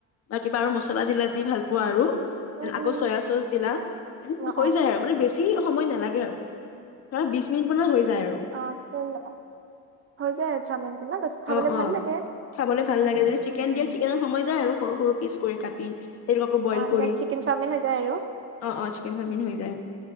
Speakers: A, on the left; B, on the right.
A: বা কিবা আৰু মছলা দিলা যি ভাল পোৱা আৰু
B: উম
A: ন আকৌ
B: উম
A: চয়া চচ দিলা ন
B: অ
A: হৈ যায় আৰু মানে বেছি সময় নালাগে আৰু ধৰা বিশ মিনিট মানৰ হৈ যায় আৰু
B: অ তেল হৈ যায় আৰু চাওমেিনটো ন খাবলৈ
A: অ অ
B: ভাল লাগে
A: খাবলৈ ভাল লাগে যদি চিকেন
B: উম
A: দিয়ে
B: উম
A: চিকেনৰ সময় যায় আৰু সৰু সৰু পিচ কৰি কাটি সেইটোক আকৌ বইল
B: অ বিৰাট
A: কৰি
B: চিকেন চাওমিন হৈ যায় আৰু
A: অ অ চিকেন চাওমিন হৈ যায়